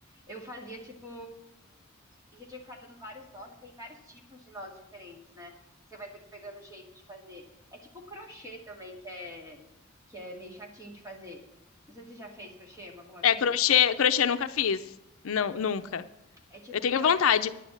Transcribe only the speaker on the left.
É,
crochê, crochê eu nunca fiz. Não, nunca.
Eu tenho
vontade,